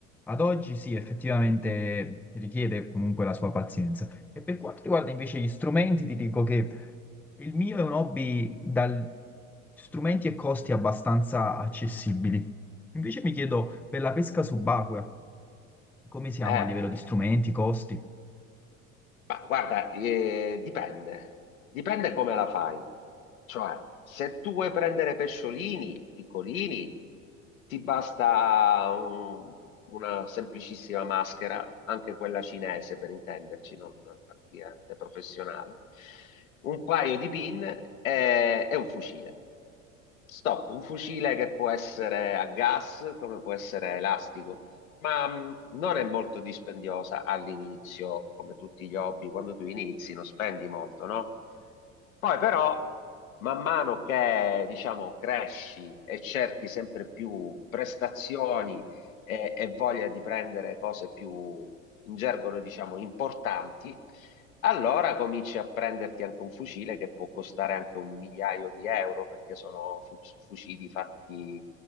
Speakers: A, in the centre; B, on the left.
A: ad oggi sì, effettivamente richiede comunque la sua pazienza. E per quanto riguarda invece gli strumenti, ti dico che il mio è un hobby dal strumenti e costi abbastanza accessibili. Invece mi chiedo per la pesca subacquea. Come siamo
B: Eh.
A: a livello di
B: eh.
A: strumenti, costi?
B: Ma guarda, eh, dipende, dipende come la fai. Cioè, se tu vuoi prendere pesciolini piccolini, ti basta un- una semplicissima maschera, anche quella cinese per intenderci, non praticamente professionale, un paio di pin e, e un fucile. Stop, un fucile che può essere a gas, come può essere elastico. Ma mh, non è molto dispendiosa all'inizio, come tutti gli hobby, quando tu inizi non spendi molto, no? Poi però, man mano che, diciamo, cresci e cerchi sempre più prestazioni e, e voglia di prendere cose più, in gergo noi diciamo, importanti, allora cominci a prenderti anche un fucile che può costare anche un migliaio di euro, perché sono fu- fucili fatti